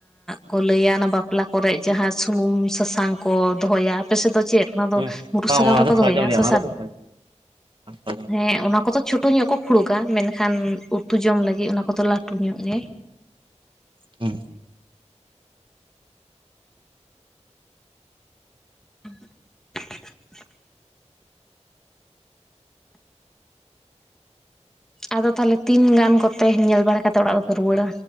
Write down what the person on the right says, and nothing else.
ᱦᱮᱸ
ᱵᱟᱝ
ᱚᱱᱟ
ᱫᱚ
ᱨᱮᱭᱟᱜ
ᱚᱱᱟ
ᱠᱚᱫᱚ ᱨᱮᱭᱟᱜ
ᱦᱮᱸ᱾